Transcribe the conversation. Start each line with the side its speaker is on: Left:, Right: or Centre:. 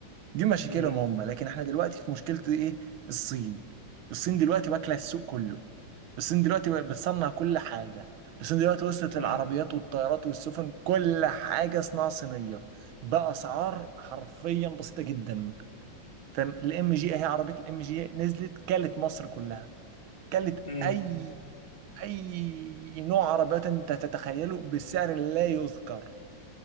Right: دي مشاكلهم
Left: امم
Right: هم لكن احنا دلوقتي في مشكله ايه الصين الصين دلوقتي واكله السوق كله الصين دلوقتي بقت بتصنع كل حاجه الصين دلوقتي وصلت للعربيات
Left: امم
Right: والطيارات والسفن كل حاجه صناعه صينيه باسعار حرفيا بسيطه جدا فاهم الام جي اهي عربيه الام جي نزلت كلت مصر كلها كلت
Left: امم
Right: اي اي نوع عربيات انت تتخيله بسعر لا يذكر